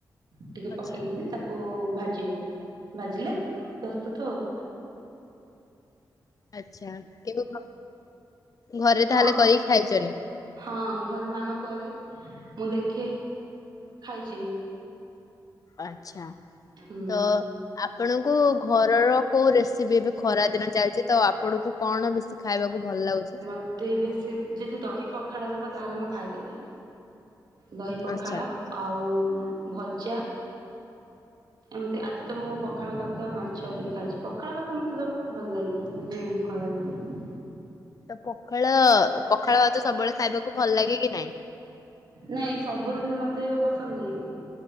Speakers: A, on the right; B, on the left.
A: ଟିକେ
B: ଆଚ୍ଛା
A: ପକେଇକରି ତାକୁ ଭାଜିବ ଭାଜିଲେ ପ୍ରସ୍ତୁତ ହଉ
B: ଆଚ୍ଛା କେବେ? ଘରେ
A: ହଁ
B: ତାହେଲେ କରିକି ଖାଇଚନି।
A: ହଁ ଘରେ ମାମା କରେ ମୁଁ ଦେଖେ ଖାଇଛି
B: ଆଚ୍ଛା।
A: ହୁଁ
B: ତ ଆପଣଙ୍କୁ ଘରର କୋଉ ରେସିପି ଏବେ ଖରା ଦିନ ଚାଲିଛି ତ ଆପଣଙ୍କୁ କଣ ବେଶୀ ଖାଇବାକୁ ଭଲ ଲାଗୁଚି?
A: ମତେ ଏବେ ସେ ଯଦି ଦହି ପଖାଳ ଦବ ତାହେଲେ ମୁଁ ଖାଇଦେବି। ଦହି ପଖାଳ
B: ଆଚ୍ଛା।
A: ଆଉ ଭଜା ଏମିତି ଆଜି ତ ମୁଁ ପଖାଳ ଭାତ ମାଛ ବି ଖାଇଛି ପଖାଳ ଭାତ ମୋତେ ଦବ ଭଲ ଲାଗିବ ମୁଁ ଖରାଦିନେ
B: ତ ପଖାଳ ପଖାଳ ଭାତ ସବୁବେଳେ ଖାଇବାକୁ ଭଲ ଲାଗେ କି ନାଇଁ?
A: ନାଇଁ ସବୁଦିନ ମତେ ପସନ୍ଦ ନାହିଁ